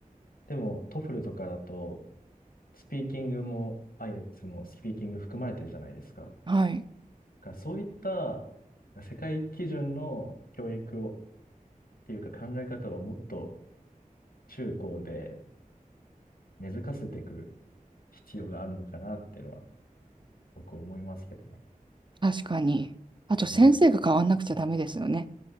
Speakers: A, on the left; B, on the right.
A: でもトフルとかだとスピーキングも i イエル s もスピーキング含まれてるじゃないですか。だ
B: はい。
A: からそういった世界基準の教育をっていうか考え方をもっと中高で根付かせていく必要があるのかなっていうのは僕思いますけどね。
B: 確かに。あと先生が変わんなくちゃダメですよね。
A: うん。